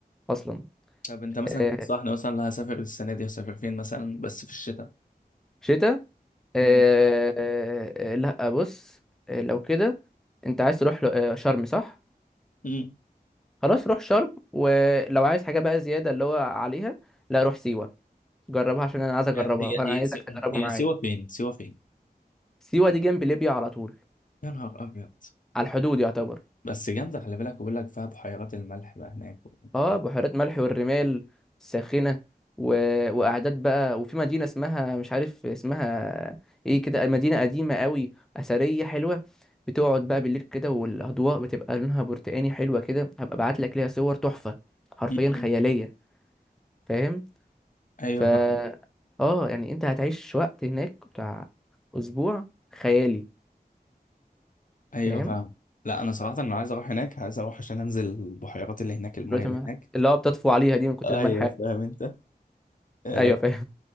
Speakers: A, in the centre; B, on the left.
A: اصلا
B: طب انت مثلا
A: آه،
B: تنصحني مثلا لو هسافر السنه دي هسافر فين مثلا بس في الشتاء
A: شتاء آه،
B: مم.
A: آه، آه، لا بص آه، لو كده انت عايز تروح ل- آه، شرم صح
B: مم.
A: خلاص روح شرم ولو عايز حاجة بقى زيادة اللي هو عليها لا روح سيوة جربها عشان انا عايز
B: هي
A: اجربها
B: هي
A: فانا عايزك
B: هي س-
A: تجربها
B: هي
A: معايا
B: سيوة فين سيوة فين
A: سيوة دي جنب ليبيا على طول
B: يا نهار ابيض
A: على الحدود يعتبر
B: بس جامده خلي بالك بقول لك فيها بحيرات الملح بقى هناك و...
A: اه بحيرات ملح والرمال الساخنة و... وقعدات بقى وفي مدينة اسمها مش عارف اسمها ايه كده مدينة قديمة قوي أثرية حلوة بتقعد بقى بالليل كده والأضواء بتبقى لونها برتقاني حلوة كده هبقى ابعت لك ليها صور تحفة حرفيا
B: م-م.
A: خيالية
B: مم.
A: فاهم
B: ايوه
A: ف
B: فاهم
A: اه يعني انت هتعيش وقت هناك بتاع اسبوع خيالي
B: ايوه
A: فاهم
B: فاهم لا انا صراحه انا عايز اروح هناك عايز اروح عشان انزل البحيرات اللي هناك المايه
A: دلوقتي
B: اللي
A: ما-
B: هناك
A: اللي هو بتطفو عليها دي من كتر
B: ايوه
A: الملح يعني.
B: فاهم انت آه،
A: ايوه فاهم